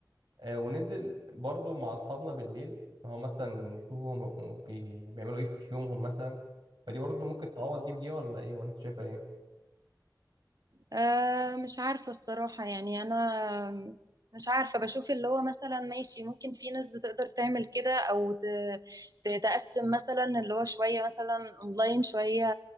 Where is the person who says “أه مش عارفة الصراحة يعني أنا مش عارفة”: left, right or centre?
Right